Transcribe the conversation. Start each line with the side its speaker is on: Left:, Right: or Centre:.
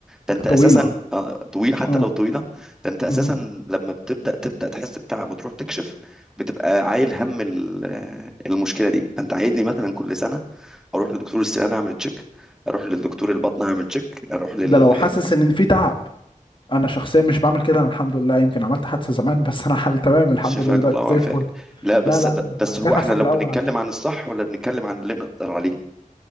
Centre: ده انت اساسا
Left: طويلة
Centre: آه، طويل حتى
Left: اه
Centre: لو طويله ده انت اساسا
Left: مهم.
Centre: لما بتبدا تبدا تحس بتعب وتروح تكشف بتبقى عايل هم ال- آه، المشكله دي فانت عايزني مثلا كل سنه اروح لدكتور السنان اعمل تشيك اروح للدكتور البطن اعمل تشيك اروح لل
Left: ده لو حاسس ان في تعب انا شخصيا مش بعمل كده انا الحمد لله يمكن عملت حادثة زمان بس انا حال تمام الحمد
Centre: شفاك
Left: لله دلوقتي
Centre: الله وعافاك
Left: زي الفل
Centre: لا بس
Left: لا لا
Centre: بس
Left: لا، رجعت
Centre: هو احنا
Left: احسن
Centre: لو
Left: من الاول
Centre: بنتكلم
Left: على فكرة
Centre: عن الصح ولا بنتكلم عن اللي نقدر عليه